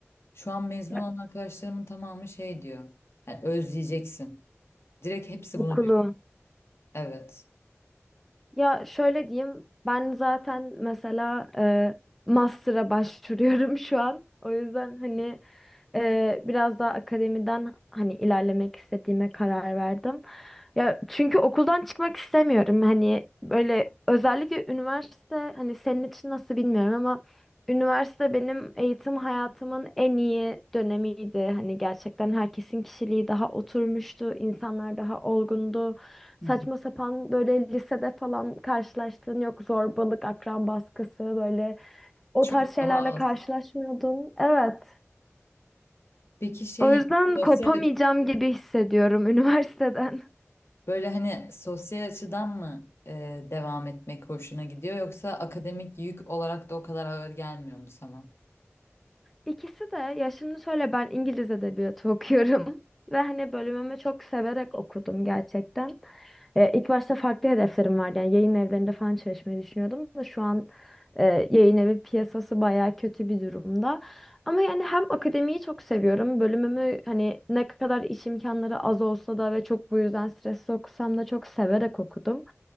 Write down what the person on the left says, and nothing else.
Şu an mezun
olan arkadaşlarımın tamamı şey diyor. Hani özleyeceksin. Direkt hepsi bunu
diyor. Evet.
Hı.
Çok
daha
az.
Peki şey
yani,
sosyal
Böyle hani sosyal açıdan mı e, devam etmek hoşuna gidiyor yoksa akademik yük olarak da o kadar ağır gelmiyor mu sana?